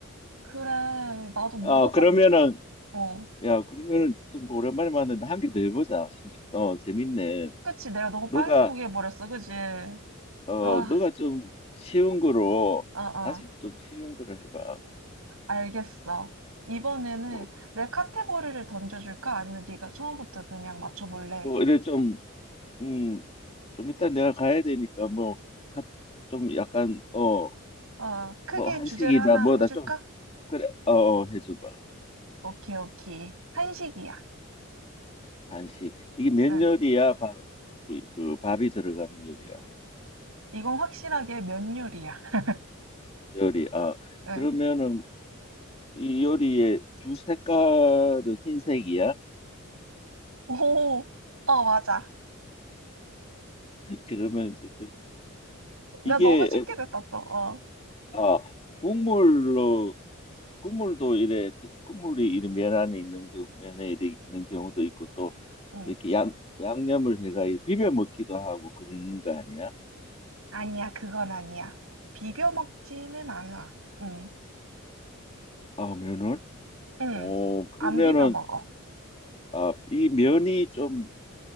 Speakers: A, on the right; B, on the left.
A: 그래, 나도 먹어봤는데.
B: 어 그러면은
A: 어.
B: 야 그러면은 좀 오랜만에 만났는데 한 개 더 해보자. 심심- 어 재밌네.
A: 그치, 내가 너무
B: 너가
A: 빨리 포기해버렸어, 그치?
B: 어
A: 아,
B: 너가 좀 쉬운 거로
A: 아, 아,
B: 다시 좀 쉬운 거로 해봐.
A: 알겠어. 이번에는
B: 뭐,
A: 내 카테고리를 던져줄까? 아니면 네가 처음부터 그냥 맞춰볼래?
B: 뭐 이래 좀 음 좀 일단 내가 가야 되니까 뭐 가, 좀 약간 어
A: 어, 크게
B: 뭐 한식이다
A: 주제를 하나
B: 뭐다
A: 해줄까?
B: 그래, 어, 어, 해줘봐.
A: 오케이, 오케이. 한식이야.
B: 간식. 이게 면
A: 응.
B: 요리야? 밥, 그, 그 밥이 들어가는 요리야.
A: 이건 확실하게 면 요리야. <laughs>
B: 요리. 아,
A: 응.
B: 그러면은 이 요리의 주 색깔은 흰색이야?
A: 오, 어, 맞아.
B: 그러면 이제 그,
A: 나
B: 이게
A: 너무 쉽게
B: 에-
A: 됐다, 또. 어,
B: 아, 국물로 국물도 이래 국물이 이런 면 안에 있는 경우 면에 이래 있는 경우도 있고 또
A: 응.
B: 이렇게 양 양념을 해가 이렇게 비벼 먹기도 하고 그러는 거 아니야?
A: 아니야, 그건 아니야. 비벼 먹지는
B: 어,
A: 않아. 응.
B: 아, 면을?
A: 응,
B: 어, 그러면은
A: 안 비벼 먹어.
B: 아, 이 면이 좀